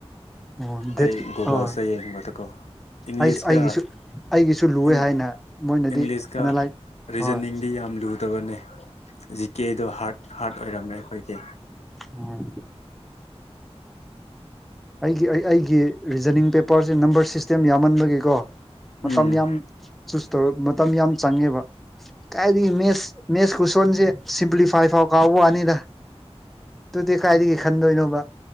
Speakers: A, in the centre; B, on the left.
A: ꯑꯣ
B: ꯑꯩ
A: ꯗꯦꯠꯀꯤ
B: ꯒꯨꯒꯜꯁꯗ
A: ꯑ
B: ꯌꯦꯡꯕꯗꯀꯣ ꯏꯪꯂꯤꯁꯀ
A: ꯑꯩ ꯑꯩꯒꯤꯁꯨ ꯑꯩꯒꯤꯁꯨ ꯂꯨꯑꯦ
B: ꯏꯪꯂꯤ
A: ꯍꯥꯏꯅ ꯃꯣꯏꯅꯗꯤ
B: ꯏꯪꯂꯤꯁꯀ
A: ꯑꯅꯥꯂꯥꯏ
B: ꯔꯤꯖꯟꯅꯤꯡꯗꯤ
A: ꯍꯣꯏ
B: ꯌꯥꯝ ꯂꯨꯗꯕꯅꯦ ꯖꯤꯀꯦꯗꯣ ꯍꯥꯔꯠ ꯍꯥꯔꯠ ꯑꯣꯏꯔꯝꯃꯦ ꯑꯩꯈꯣꯏꯒꯤ
A: ꯑꯣ ꯑꯩꯒꯤ ꯑꯩ ꯑꯩꯒꯤ ꯔꯤꯖꯟꯅꯤꯡ ꯄꯦꯄꯔꯁꯦ ꯅꯝꯕꯔ ꯁꯤꯁꯇꯦꯝ ꯌꯥꯝꯃꯟꯕꯒꯤꯀꯣ ꯃꯇꯝ
B: ꯎꯝ
A: ꯌꯥꯝ ꯆꯨꯁ ꯇꯧꯔ ꯃꯇꯝ ꯌꯥꯝ ꯆꯪꯉꯦꯕ ꯀꯥꯏꯗꯒꯤ ꯃꯦꯁ ꯃꯦꯁ ꯈꯨꯁꯣꯟꯖꯦ ꯁꯤꯝꯄ꯭ꯂꯤꯐꯥꯏ ꯐꯥꯎ ꯀꯥꯎꯕ ꯋꯥꯅꯤꯗ ꯇꯨꯗꯤ ꯀꯥꯏꯗꯒꯤ ꯈꯟꯗꯣꯏꯅꯣꯕ